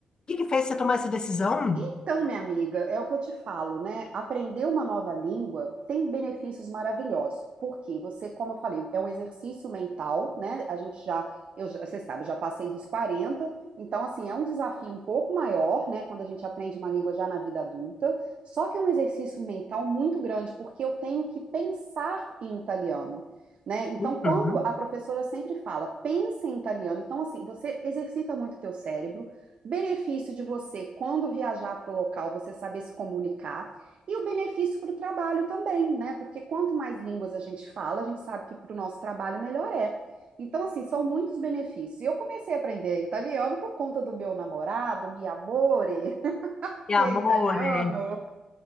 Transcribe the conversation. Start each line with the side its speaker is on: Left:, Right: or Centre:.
Left: que que fez você tomar essa decisão?
Right: Então, minha amiga, é o que eu te falo, né? Aprender uma nova língua tem benefícios maravilhosos. Porque você, como eu falei, é um exercício mental, né? A gente já, eu, já- você sabe, eu já passei dos 40, então assim, é um desafio um pouco maior, né, quando a gente aprende uma língua já na vida adulta. Só que é um exercício mental muito grande, porque eu tenho que pensar em italiano. Né? Então,
Left: Uhum.
Right: quando a professora sempre fala, pensa em italiano, então assim, você exercita muito o teu cérebro, Benefício de você, quando viajar para o local, você saber se comunicar e o benefício para o trabalho também, né? Porque quanto mais línguas a gente fala, a gente sabe que para o nosso trabalho melhor é. Então, assim, são muitos benefícios. E eu comecei a aprender italiano por conta do meu namorado, mi amore, <laughs>
Left: E
Right: que
Left: amor,
Right: é italiano.
Left: é.